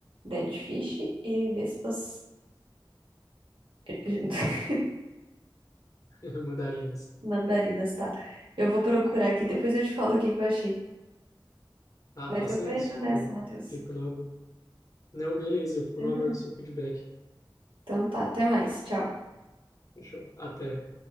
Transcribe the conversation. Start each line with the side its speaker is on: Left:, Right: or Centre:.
Right: Dead Fish e Vespas. <laughs>
Left: <laughs> Mandarinas.
Right: Mandarinas, tá. Eu vou procurar aqui, depois eu te falo o que que eu achei.
Left: Ah,
Right: Mas
Left: faça
Right: eu vou
Left: isso.
Right: indo nessa,
Left: Eu
Right: Matheus.
Left: fico no agu... Não, beleza, eu fico
Right: Mas
Left: no aguardo
Right: valeu.
Left: do seu feedback.
Right: Então tá, até mais. Tchau.
Left: Fechou. Até.